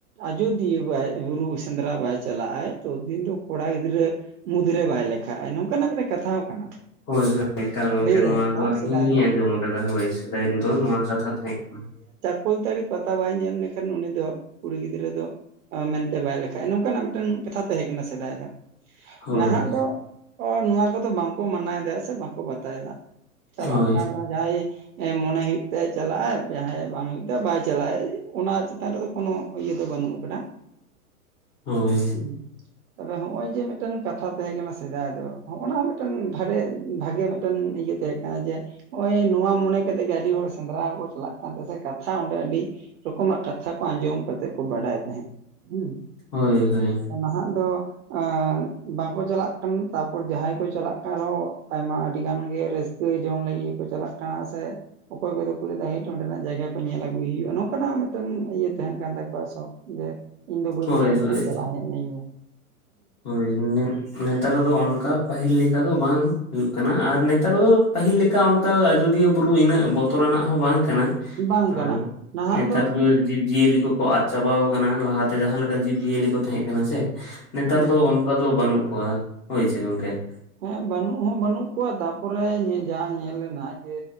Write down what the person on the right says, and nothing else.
ᱟᱡᱚᱫᱤ ᱫᱤᱭᱟᱹ ᱵᱟᱭ ᱵᱩᱨᱩ ᱥᱮᱸᱫᱽᱨᱟ ᱵᱟᱭ ᱪᱟᱞᱟᱜᱼᱟᱭ ᱛᱳ ᱫᱤᱱ ᱫᱚ ᱠᱚᱲᱟ ᱜᱤᱫᱽᱨᱟᱹ, ᱢᱩᱫᱽ ᱨᱮ ᱵᱟᱭ ᱞᱮᱠᱷᱟᱜᱼᱟ ᱱᱚᱝᱠᱟᱱᱟᱜ ᱢᱤᱫᱴᱮᱱ ᱠᱟᱛᱷᱟ ᱦᱚᱸ ᱠᱟᱱᱟ
ᱞᱟᱹᱭ ᱛᱟᱦᱮᱸᱫ
ᱠᱚ
ᱥᱮᱫᱟᱭ
ᱫᱚ
ᱠᱚᱞᱛᱟᱹᱲᱤ ᱯᱟᱛᱟ ᱵᱟᱭ ᱧᱮᱞ ᱞᱮᱠᱷᱟᱱ ᱩᱱᱤ ᱫᱚ ᱠᱩᱲᱤ ᱜᱤᱫᱽᱨᱟᱹ ᱫᱚ, ᱟᱻ ᱢᱮᱱᱛᱮ ᱵᱟᱭ ᱞᱮᱠᱷᱟᱜᱼᱟ ᱱᱚᱝᱠᱟᱱᱟᱜ ᱢᱤᱫᱴᱮᱱ ᱠᱟᱛᱷᱟ ᱛᱟᱦᱮᱸ ᱠᱟᱱᱟ ᱥᱮᱫᱟᱭ ᱫᱚ ᱾
ᱱᱟᱦᱟᱜ ᱫᱚ ᱚᱻ ᱱᱚᱣᱟ ᱠᱚᱫᱚ ᱵᱟᱝᱠᱚ ᱢᱟᱱᱟᱣᱮᱫᱟ ᱥᱮ ᱵᱟᱝᱠᱚ ᱵᱟᱛᱟᱭᱮᱫᱟ ᱾ ᱪᱟᱞᱟᱜ
ᱠᱟᱱ ᱨᱮᱦᱚᱸ ᱡᱟᱭ, ᱮᱻ ᱢᱚᱱᱮ ᱦᱩᱭᱩᱜ ᱛᱟᱭᱟ ᱪᱟᱞᱟᱜᱼᱟᱭ ᱡᱟᱦᱟᱸᱭ ᱵᱟᱝ ᱦᱩᱭᱩᱜ ᱛᱟᱭᱟ ᱵᱟᱭ ᱪᱟᱞᱟᱜᱼᱟ ᱚᱱᱟ ᱪᱮᱛᱟᱱ ᱨᱮᱫᱚ ᱠᱳᱱᱚ, ᱤᱭᱟᱹ ᱫᱚ ᱵᱟᱹᱱᱩᱜ ᱟᱠᱟᱫᱟ ᱾
ᱦᱩᱸᱻ ᱛᱚᱵᱮ ᱦᱚᱜᱼᱚᱭ ᱡᱮ ᱢᱤᱫᱴᱮᱱ ᱠᱟᱛᱷᱟ ᱛᱟᱦᱮᱸ ᱠᱟᱱᱟ ᱥᱮᱫᱟᱭ ᱫᱚ ᱦᱚᱜᱼᱱᱟ ᱢᱤᱫᱴᱮᱱ ᱵᱷᱟᱨᱮ, ᱵᱷᱟᱜᱮ ᱢᱤᱫᱴᱮᱱ ᱤᱭᱟᱹ ᱛᱟᱦᱮᱸ ᱠᱟᱱᱟ ᱡᱮ, ᱱᱚᱜᱼᱭ ᱱᱚᱣᱟ ᱢᱚᱱᱮ ᱠᱟᱛᱮᱜ ᱜᱮ ᱟᱹᱰᱤ ᱦᱚᱲ ᱥᱮᱸᱫᱽᱨᱟ ᱦᱚᱸ ᱠᱚ ᱪᱟᱞᱟᱜ ᱠᱟᱱ ᱛᱟᱦᱮᱸ ᱥᱮ ᱠᱟᱛᱷᱟ ᱚᱸᱰᱮ ᱟᱹᱰᱤ ᱨᱚᱠᱚᱢᱟᱜ ᱠᱟᱛᱷᱟ ᱠᱚ ᱟᱸᱡᱚᱢ ᱠᱟᱛᱮᱜ ᱠᱚ ᱵᱟᱰᱟᱭ ᱛᱟᱦᱮᱸᱜ ᱦᱩᱸ ᱾
ᱱᱟᱦᱟᱜ ᱫᱚ ᱮᱸ ᱵᱟᱝᱠᱚ ᱪᱟᱞᱟᱜ ᱠᱟᱱᱟ, ᱛᱟᱯᱚᱨ ᱡᱟᱦᱟᱸᱭ ᱠᱚ ᱪᱟᱞᱟᱜ ᱠᱟᱱ ᱨᱮᱦᱚᱸ ᱟᱭᱢᱟ ᱟᱹᱰᱤ ᱜᱟᱱ ᱜᱮ ᱨᱟᱹᱥᱠᱟᱹ ᱡᱚᱝ ᱞᱟᱹᱜᱤᱫ ᱜᱮ ᱠᱚ ᱪᱟᱞᱟᱜ ᱠᱟᱱᱟ ᱥᱮ ᱚᱠᱚᱭ ᱠᱚᱫᱚ ᱠᱚ ᱞᱟᱹᱭ ᱫᱟ ᱦᱮᱴ ᱚᱸᱰᱮᱱᱟᱜ ᱡᱟᱭᱜᱟ ᱠᱚ ᱧᱮᱞ ᱟᱹᱜᱩᱭ ᱦᱩᱭᱩᱜᱼᱟ ᱱᱚᱝᱠᱟᱱᱟᱜ ᱢᱤᱫᱴᱮᱱ ᱤᱭᱟᱹ ᱛᱟᱦᱮᱱ ᱠᱟᱱ ᱛᱟᱠᱚᱣᱟ ᱥᱚᱠᱷ ᱡᱮ ᱤᱧ ᱫᱚ ᱵᱟᱹᱧ
ᱧᱮᱞ ᱠᱟᱱᱟᱧ ᱪᱟᱞᱟᱣ ᱦᱮᱡ ᱞᱮᱱ ᱜᱮ ᱾
ᱵᱟᱝ ᱠᱟᱱᱟ
ᱱᱟᱦᱟᱜ
ᱦᱩᱸ
ᱦᱮᱸ ᱵᱟᱹᱱᱩᱜ ᱦᱚᱸ ᱵᱟᱹᱱᱩᱜ ᱠᱚᱣᱟ ᱛᱟᱨᱯᱚᱨᱮ ᱡᱟ ᱧᱮᱞ ᱞᱮᱱᱟ ᱡᱮ